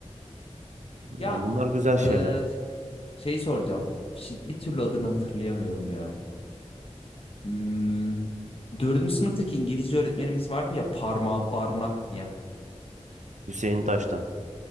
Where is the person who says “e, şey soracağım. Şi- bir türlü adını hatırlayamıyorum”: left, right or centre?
Left